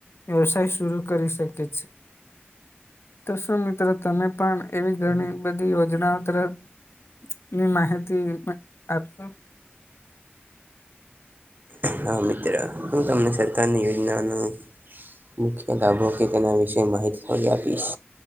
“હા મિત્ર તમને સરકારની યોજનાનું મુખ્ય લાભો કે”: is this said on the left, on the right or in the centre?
Right